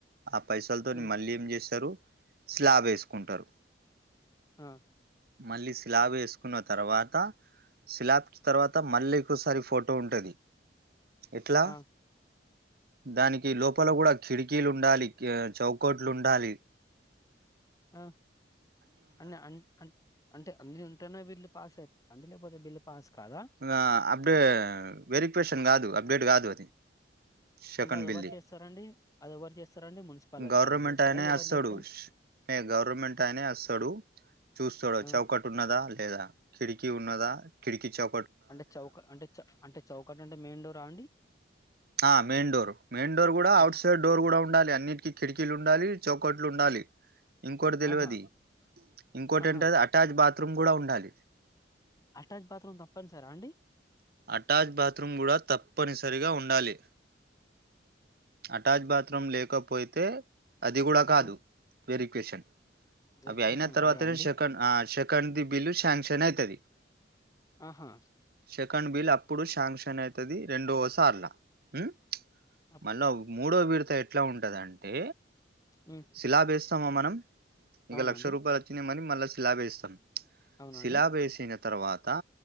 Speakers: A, on the right; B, on the left.
A: ఆ పైసలు తోని
B: హ్మ్.
A: మళ్ళీ ఏం జేస్తరు స్లాబేస్ ఉంటరు
B: ఆ!
A: మళ్ళీ స్లాబ్ వేసుకున్న తర్వా త స్లాబ్కి తర్వాత మళ్ళీంకోసారి ఫోటో ఉంటది ఎట్లా
B: ఆ!
A: దానికి లోపల గూడా కిడికీలుండాలి కె చౌకోట్లుండాలి
B: మ్ అన్నా ఆన్ అంటే అన్ని ఉంటనే బిల్లు పాస్ అన్ని లేపోతే బిల్లు పాస్ కాదా?
A: ఆ అపుడు వెరిఫై షన్ గాదు అప్డేట్ గాదు షేకెండ్
B: అంటే అది
A: బిల్
B: ఎవరు
A: ది
B: చేస్తారండి? అది ఎవరు చేస్తారండి? మున్సిపల్ అధికారులు
A: గౌరమెంట్
B: చేస్తారా?
A: అనే
B: ఎవరు
A: ఒస్తడు
B: చేస్తారు?
A: ష్ గౌరమెంట్ అనే వస్తడు చూస్తాడు
B: ఆ!
A: చౌకట్ ఉన్నదా లేదా కిడికి ఉన్నద కిడికి చౌ
B: అంటే చౌక అంటే చ అంటే చౌకట్ అంటే మెయిన్ డోరా అండి
A: ఆ మెయిన్ డోర్ మెయిన్ డోర్ కూడా
B: ఆహా!
A: అఔట్ సైడ్ డోర్ కూడా ఉండాలి అని అన్నిటికి కిటికీలు ఉండాలి చౌకట్లు ఉండాలి ఇంకోటి తెలియది
B: ఆహా!
A: ఇంకోటి
B: ఆహా!
A: ఏంటది అటాచ్ బాత్రూమ్ కూడా ఉండాలి
B: అటాచ్ బాత్రూమ్ తప్పనిసరా అండి?
A: అటాచ్ బాత్రూమ్ కూడా తప్పనిసరిగా ఉ ఉండాలి అటాచ్ బాత్రూమ్ లేక పోయి తే అది కూడా కాదు
B: ఆ!
A: వెరక్వేషన్
B: వెరిఫికేషన్
A: అవి అయినా తరువాత
B: కాదా అండి?
A: సెకండ్ సెకండ్ బిలుష్ శ్యాంక్షన్ అయితది
B: ఆహా!
A: సెకండ్ బిల్ అ ఇప్పుడు శాంక్షన్ అయితది రెండో సార్లు హ్మ్
B: అప్
A: మళ్ళా మూడో విడుతా ఎ ట్ల ఉంటదంటే
B: హ్మ్.
A: శిలాబ్ వేస్తామా మనం ఇగ
B: అవునండి.
A: లక్ష రూపాయలు వచ్చినా మని మళ్ల స్లాబ్ యేస్తం
B: అవునండి.
A: శిలాబ్ వేసిన తరువా తా